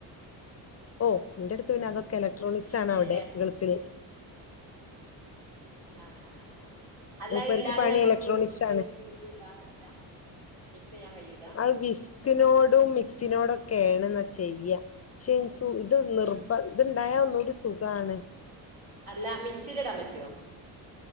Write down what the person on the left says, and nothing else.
ഓ എൻ്റടുത്ത് പിന്നെ അതൊക്കെ എലക്ട്രോണിക്സ്
ആണ് അവിടെ ഗൾഫില്
മൂപ്പർക്ക്
പണി
ഇലക്ട്രോണിക്സ്
ആ വിസ്കിനോടും മിക്സ് സിനോടൊക്കെ ഏണ്ന്ന് ചെയ്യാം പക്ഷെ സു ഇത് നിർബന്ദ്
ഇത് ഉണ്ടായ ഉള്ളൊരു സു കാണ്